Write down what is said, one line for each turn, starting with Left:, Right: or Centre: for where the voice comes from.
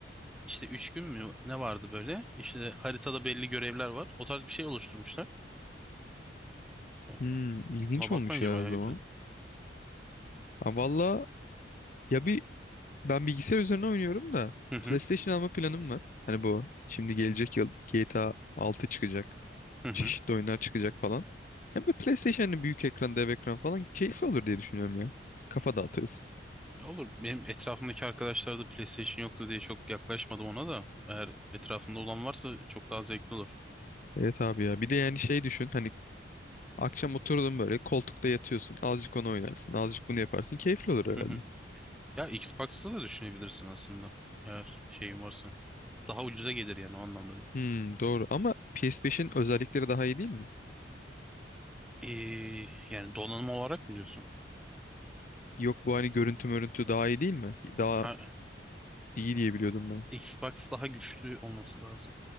Centre: işte 3 gün mü ne vardı böyle? İşte haritada belli görevler var. O tarz bir şey oluşturmuşlar. O-
Left: Hmm, ilginç
Centre: Ona bak
Left: olmuş
Centre: bence
Left: ya
Centre: bayağı
Left: o zaman.
Centre: güzel.
Left: Ha valla ya bir Ben bilgisayar üzerine oynuyorum da
Centre: Hı hı.
Left: PlayStation alma planım var. Hani bu şimdi gelecek yıl GTA 6 çıkacak.
Centre: Hı hı.
Left: Çeşitli oyunlar çıkacak falan. Hem de PlayStation'ın büyük ekran, dev ekran falan keyifli olur diye düşünüyorum ya. Kafa dağıtırız.
Centre: Ya Olur. Benim etrafımdaki arkadaşlar da PlayStation yoktu diye çok yaklaşmadım ona da. Eğer etrafında olan varsa çok daha zevkli olur.
Left: Evet abi ya. Bir de yani şey düşün. Hani akşam oturdun böyle koltukta yatıyorsun. Azıcık onu oynarsın. Azıcık bunu yaparsın. Keyifli olur herhalde.
Centre: Hı hı. Ya Xbox'ta da düşünebilirsin aslında. Eğer şeyin varsa. Daha ucuza gelir yani o anlamda değil.
Left: Hmm, doğru. Ama PS5'in özellikleri daha iyi değil mi?
Centre: Ee, yani donanım olarak mı diyorsun?
Left: Yok bu hani görüntü mörüntü daha iyi değil mi? Daha
Centre: Ha,
Left: iyi diye biliyordum ben.
Centre: Xbox daha güçlü olması lazım.